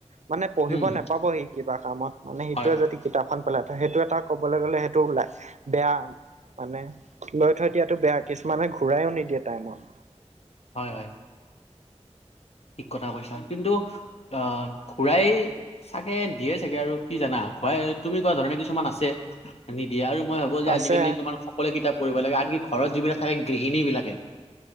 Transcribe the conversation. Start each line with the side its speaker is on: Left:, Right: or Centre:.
Right: মানে পঢ়িব
Left: উম
Right: নেপাব সি কিবা কামত মানে সিটোৱে
Left: হয় হয়
Right: যদি কিতাপখন পেলাই ত সেইটো এটা কবলৈ গ'লে সেইটো ওলাই, বেয়া মানে লৈ থৈ দিয়াটো বেয়া, কিছুমানে ঘূৰায়ো নিদিয়ে টাইমত।
Left: হয় হয়। ঠিক কথা কৈছা কিন্তু আহ ঘুৰাই চাগে দিয়ে চাগে আৰু কি জানা? ঘুৰাই তুমি কোৱা ধৰণে কিছুমান আছে নিদিয়ে আৰু মই ভাবো যে
Right: আছে
Left: আজিকালি তোমাৰ সকলোৱে কিতাপ পঢ়িব লাগে আনকি ঘৰত যিবিলাক থাকে গৃহিণীবিলাকে